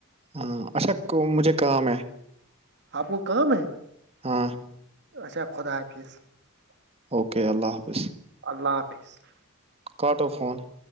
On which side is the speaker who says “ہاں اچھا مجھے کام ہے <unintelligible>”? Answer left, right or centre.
Right